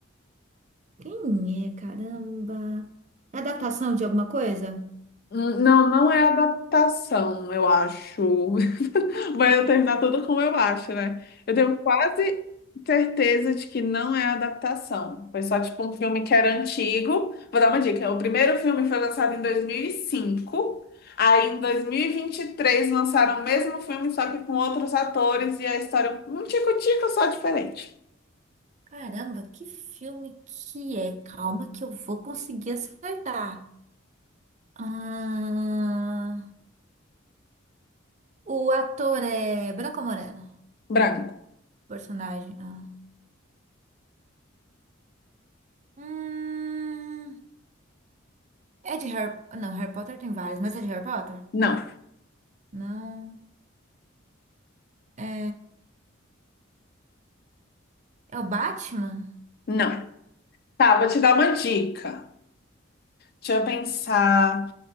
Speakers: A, on the right; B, on the left.
A: Quem é? Caramba. É Adaptação de alguma coisa?
B: Hum, Não, não é adaptação, eu acho. <laughs> Vai eu terminar tudo como eu acho, né? Eu tenho quase certeza de que não é adaptação. Foi só tipo um filme que era antigo. Vou dar uma dica. O primeiro filme foi lançado em 2005. Aí em dois mil e e vinte e três, lançaram o mesmo filme, só que com outros atores e a história um tico-tico só diferente.
A: Caramba, que filme que é? Calma que eu vou conseguir acertar. Ah, o ator é Branco ou Moreno,
B: Branco.
A: personagem. Ah. Hum, é de Harry... Não, Harry Potter tem vários, mas é de Harry Potter?
B: Não,
A: Não. É... É o Batman?
B: não. Tá, vou te dar uma dica. Deixa eu pensar.